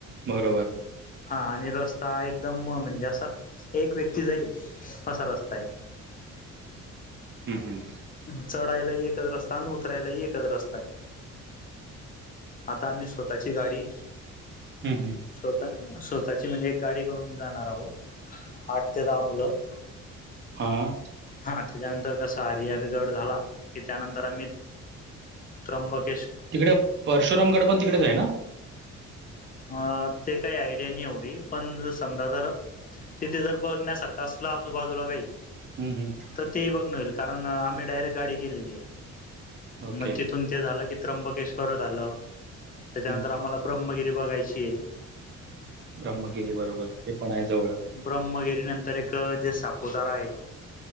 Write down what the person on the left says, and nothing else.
हा आणि रस्ता एकदम म्हणजे असा एक व्यक्ती जाईल. हशा रस्त आहे.
चढायला एकच रस्ता आणि उतरायला एकच रस्ता आहे. आता आम्ही स्वतःची गाडी
स्वतः स्वतःची म्हणजे एक गाडी करून जाणार आहोत. आठ ते दहा मुलं.
हा त्याच्यानंतर कसा हरिहरगड झाला की त्यानंतर आम्ही त्रंबक
अ ते काही आयडिया नाही एवढी पण समजा तर तिथे जर बघण्यासारखं असलं आजूबाजूला काही
तर ते बघ न होईल कारण आम्ही डायरेक्ट गाडी केलेली आहे
मग तिथ तथून ते झालं की त्र्यंबकेश्वर झालं
त्याच्यानंतर आम्हाला ब्रह्मगिरी बघायची आहे
ब्रम्मगिरी नंतर एक जे सापुतारा आहे